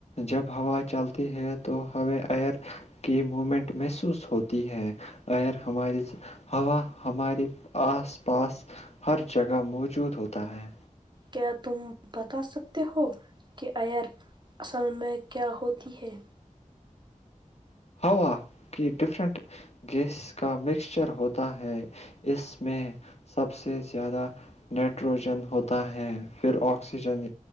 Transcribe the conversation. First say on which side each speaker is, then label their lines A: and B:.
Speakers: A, on the left (about 50°); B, on the right (about 35°).
A: جب ہوا چلتی ہے تو ہمیں ایئر کی مومنٹ محسوس ہوتی ہے ایئر ہماری ہوا ہماراری آس پاس ہر جگہ موجود ہوتا ہے
B: کیا تم بتا سکتے ہو کہ ائر اصل میں کیا ہوتی ہے
A: ہوا کی ڈفرنٹ گیس کا مکسچر ہوتا ہے اس میں سب سے زیادہ نائٹروجن ہوتا ہے پھر آکسیجن